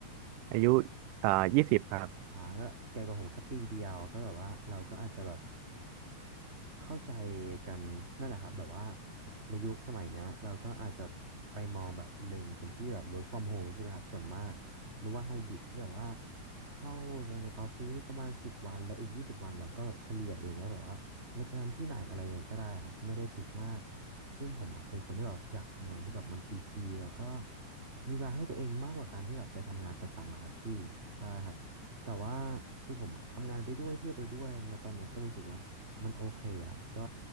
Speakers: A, on the right; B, on the right.
A: อายุเอ่อยี่สิบครับ
B: อ่าก็แก่กว่าผมแค่ปีเดียวก็แบบว่าเราก็อาจจะแบบ เข้าใจกันนั่นแหละครับแบบว่าในยุคสมัยเนี้ยเราก็อาจจะไปมองแบบเล็งเป็นที่แบบ work from home ใช่ไหมครับส่วนมากหรือว่าไฮบริดที่แบบว่าเข้าไปในออฟฟิศประมาณสิบวันแล้วอีกยี่สิบวันเราก็เฉลี่ยเองว่าแบบว่าเราจะทำที่ไหนอะไรยังไงก็ได้ครับไม่ได้ฟิกมากซึ่งผมอ่ะเป็นคนที่แบบอยากทำงานที่แบบมันฟรีๆแล้วก็มีเวลาให้ตัวเองมากกว่าการที่แบบไปทำงานประจำอะครับพี่ใช่ครับแต่ว่าคือผมอะทำงานไปด้วยเที่ยวไปด้วยนะตอนเนี้ยก็รู้สึกว่า มันโอเคครับ ก็